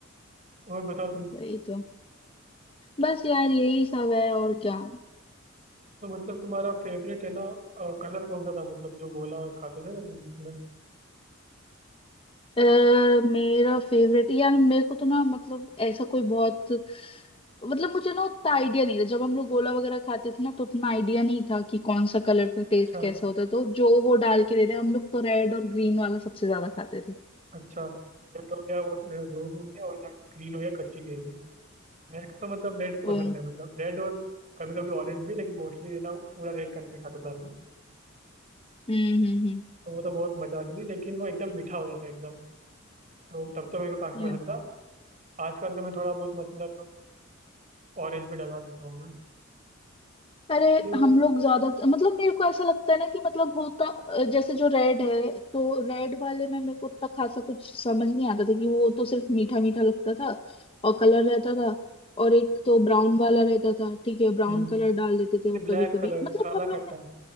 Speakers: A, on the right; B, on the left.
A: और बताओ तुम
B: वही तो बस यार यही सब है और क्या
A: तो मतलब तुम्हारा फेवरेट है ना कलर कौन सा था मतलब जो गोला खाते थे ना तुम उसमें
B: अ, मेरा फेवरेट यार मेरे को तो ना मतलब ऐसा कोई बहुत मतलब मुझे ना उतना आइडिया नहीं था जब हम लोग गोला वगैरह खाते थे ना तो उतना आइडिया नहीं था कि कौन सा कलर का टेस्ट
A: अच्छा
B: कैसा होता है तो जो वो डाल के देते हैं हम लोग तो रेड और ग्रीन वाला सबसे ज्यादा खाते थे
A: अच्छा रेड हो गया और रोज हो गया और ना ग्रीन हो गया कच्ची केरी मेरे को तो मतलब रेड पसंद
B: ओ हम्म
A: है मतलब रेड और कभी कभी ऑरेंज भी लेकिन मोस्टली ना पूरा रेड करके खाता था मैं
B: हम्म हम्म
A: तो वो तो बहुत मजा आती थी लेकिन वो एकदम मीठा हो जाता है एकदम तो तब तो मेरे को काफी
B: yeah।
A: पसंद था आजकल तो मैं थोड़ा बहुत मतलब ऑरेंज भी डलवा लेता हूँ मैं
B: अरे
A: ये-
B: हम लोग ज्यादा मतलब मेरे को ऐसा लगता है ना कि मतलब होता जैसे जो रेड है तो रेड वाले में मेरे को उतना खासा कुछ समझ नहीं आता था कि वो तो सिर्फ मीठा मीठा लगता था और कलर रहता था और एक तो ब्राउन वाला रहता था ठीक है ब्राउन
A: हम्म
B: कलर डाल देते थे वो
A: ब्लैक
B: कभी कभी
A: कलर
B: मतलब
A: काला
B: हम लोग
A: खट्टा
B: ने